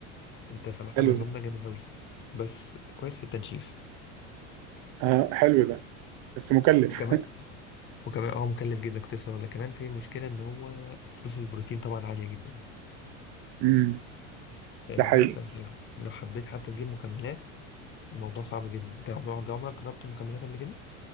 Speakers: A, on the left (about 30°); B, on the right (about 50°).
A: انت سمعت
B: حلو
A: عن النظام ده جامد قوي بس كويس في التنشيف
B: آه حلو ده بس مكلف
A: وكمان وكمان اه مكلف جدا كنت لسه هقول لك كمان في مشكله ان هو فلوس البروتين طبعا عاليه جدا
B: <laughs> امم
A: فاهمني
B: ده حقيقي
A: فانت لو لو حبيت حتى تجيب مكملات الموضوع صعب جدا انت عمرك عمرك جربت مكملات قبل كده